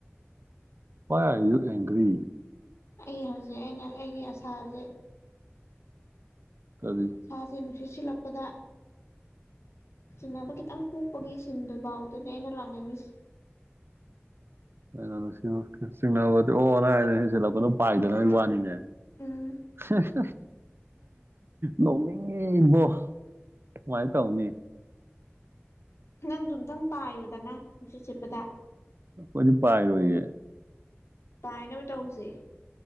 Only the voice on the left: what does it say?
ꯑꯩ ꯍꯧꯖꯤꯛ ꯑꯩꯅ ꯑꯩꯒꯤ ꯑꯁꯥꯁꯦ
ꯁꯥꯁꯦ ꯅꯨꯡꯁꯤꯠ ꯁꯤꯜꯂꯛꯄꯗ ꯆꯤꯡꯅꯕ ꯈꯤꯇꯪ ꯄꯣꯛꯄꯒꯤ ꯁꯤꯟꯗꯨꯐꯥꯎꯗꯨꯅꯦ ꯑꯩꯅ ꯂꯥꯛꯅꯤꯡꯉꯁꯤ
ꯎꯝ
ꯅꯪꯁꯨ ꯑꯝꯇꯪ ꯄꯥꯏꯌꯨꯗꯅ ꯅꯨꯡꯁꯤꯠ ꯁꯤꯠꯄꯗ
ꯄꯥꯏꯅꯕ ꯇꯎꯁꯦ